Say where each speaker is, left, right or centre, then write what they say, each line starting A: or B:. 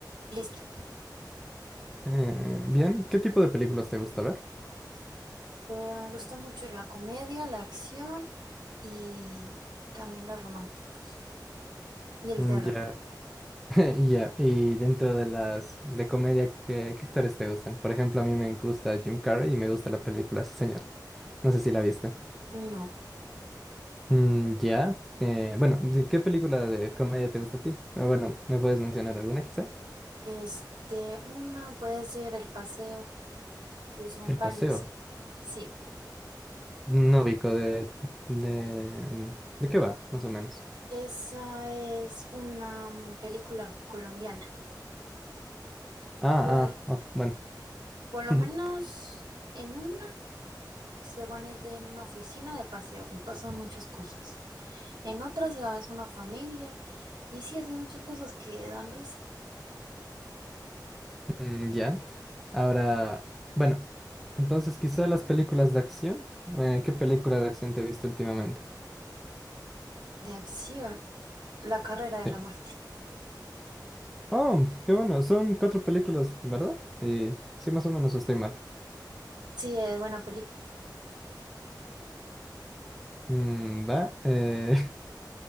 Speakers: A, on the right; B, in the centre.
A: Listo.
B: Eh, bien, ¿qué tipo de películas te gusta ver?
A: Eh, me gusta mucho la comedia, la acción y también las románticas. Y el
B: Mm,
A: terror.
B: Ya, <laughs> ya. Y dentro de las de comedia, ¿qué, qué actores te gustan? Por ejemplo, a mí me gusta Jim Carrey y me gusta la película Sí, señor. No sé si la viste.
A: No.
B: Mm, ya. eh, bueno, ¿de ¿qué película de comedia te gusta a ti? Eh, bueno, ¿me puedes mencionar alguna quizá?
A: Este, una puede ser El Paseo, que son
B: El
A: varias.
B: paseo.
A: Sí.
B: No ubico de, de, mm, ¿de qué va, más o menos?
A: Esa es una mm, película colombiana.
B: Ah,
A: Por, el-
B: ah, ok, bueno.
A: por lo
B: <laughs>
A: menos en una se van es de- en una oficina de paseo y pasan muchas cosas. En otra se va es una familia y sí hacen muchas cosas que dan risa.
B: Mm, Ya. Ahora, bueno, entonces quizá las películas de acción. Eh, ¿qué película de acción te he visto últimamente?
A: De acción, La carrera de
B: Sí.
A: la muerte.
B: Oh, qué bueno, son cuatro películas, ¿verdad? Y sí, más o menos estoy mal.
A: Sí, es buena película.
B: Mm, va. eh,